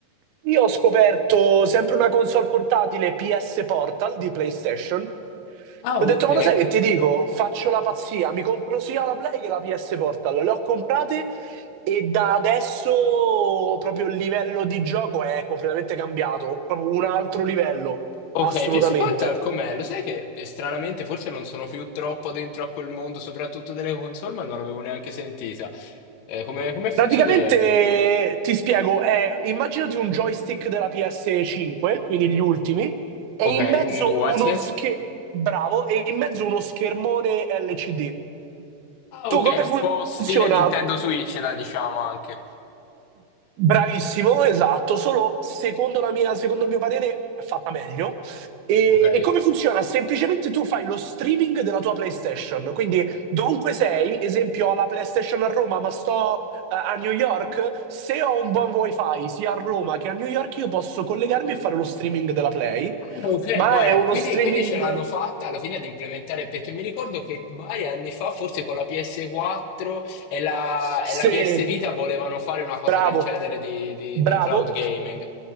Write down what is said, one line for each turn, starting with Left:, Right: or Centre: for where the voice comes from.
Right: Io ho scoperto sempre una console portatile PS Portal di PlayStation.
Left: Ah,
Right: Ho
Left: ok.
Right: detto, ma lo sai che ti dico? Faccio la pazzia, mi compro sia la Play che la PS Portal. Le ho comprate e da adesso proprio il livello di gioco è completamente cambiato, proprio un altro livello,
Left: Ok,
Right: assolutamente.
Left: PS Portal com'è? Lo sai che eh, stranamente forse non sono più troppo dentro a quel mondo, soprattutto delle console, ma non l'avevo neanche sentita. Eh, come, come funzionerebbe?
Right: Praticamente ti spiego, è, immaginati un joystick della PS5, quindi gli ultimi, e
Left: Ok,
Right: in mezzo
Left: un DualSense.
Right: uno schermo, bravo, e in mezzo uno schermone LCD.
Left: Ah,
Right: Tu
Left: ok,
Right: come
Left: un po' stile
Right: funziona?
Left: Nintendo Switch, dai, diciamo anche.
Right: Bravissimo, esatto, solo secondo la mia, secondo il mio parere è fatta meglio. E,
Left: Ok.
Right: e come funziona? Semplicemente tu fai lo streaming della tua PlayStation, quindi dovunque sei, esempio ho la PlayStation a Roma, ma sto eh, a New York, se ho un buon wifi sia a Roma che a New York, io posso collegarmi e fare lo streaming della Play,
Left: Ah, Ok,
Right: ma
Left: boia,
Right: è uno
Left: quindi,
Right: streaming
Left: quindi ce l'hanno fatta alla fine ad implementare, perché mi ricordo che vari anni fa, forse con la PS4 e la,
Right: Sì,
Left: e la PS Vita, volevano fare una cosa
Right: bravo,
Left: del genere di di-
Right: bravo,
Left: di cloud gaming.